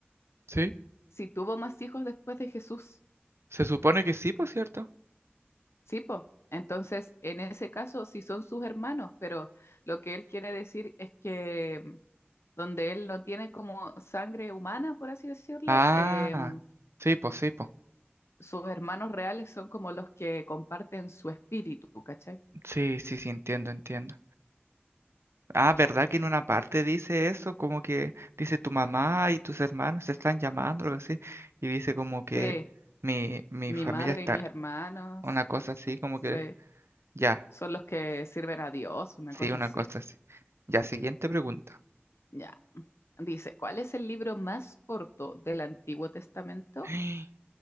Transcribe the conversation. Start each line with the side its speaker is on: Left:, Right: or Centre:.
Right: ¿Sí?
Left: sí tuvo más hijos después de Jesús.
Right: Se supone que sí, por cierto.
Left: Sí, po. Entonces, en ese caso, sí son sus hermanos, pero lo que él quiere decir es que donde él no tiene como sangre humana, por así decirlo,
Right: Ah,
Left: em,
Right: sí, pues sí, pues.
Left: sus hermanos reales son como los que comparten su espíritu, ¿cachai?
Right: Sí, sí, sí, entiendo, entiendo. Ah, ¿verdad que en una parte dice eso? Como que dice tu mamá y tus hermanos te están llamando, algo así. Y dice como que
Left: Sí,
Right: mi, mi
Left: mi
Right: familia
Left: madre
Right: está,
Left: y mis hermanos,
Right: una cosa así, como
Left: sí,
Right: que ya,
Left: son los que sirven a Dios, una
Right: sí,
Left: cosa
Right: una
Left: así.
Right: cosa así. Ya, siguiente pregunta.
Left: Ya. Dice, ¿cuál es el libro más corto del Antiguo Testamento?
Right: <gasps>